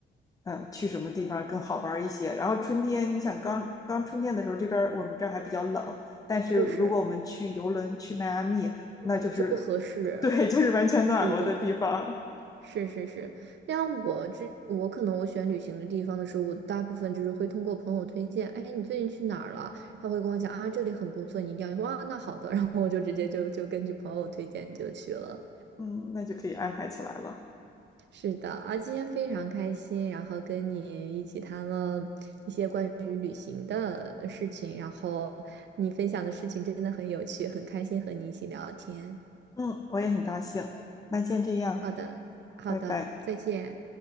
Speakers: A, on the left; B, on the right.
A: 嗯，去什么地方更好玩一些。然后春天，你想刚刚春天的时候，
B: 嗯，
A: 这边儿我们这儿还比较冷，但是如果我们去游轮去迈阿密，
B: 是是
A: 那就是，
B: 就不合适，
A: <laughs> 对，就是完全暖和的地方，
B: 对对对。是是是，那样我之我可能我选旅行的地方的时候，我大部分就是会通过朋友推荐，哎，你最近去哪儿了？他会跟我讲啊，这里很不错，你一定要去。哇，啊那好的，然后我就直接就就根据朋友推荐就去了。
A: 嗯，那就可以安排起来了。
B: 是的啊，今天非常开心，然后跟你一起谈了一些关于旅行的呃事情，然后你分享的事情真的很有趣，很开心和你一起聊天。
A: 嗯，我也很高兴。那先这样，
B: 好的，好的，
A: 拜拜。
B: 再见。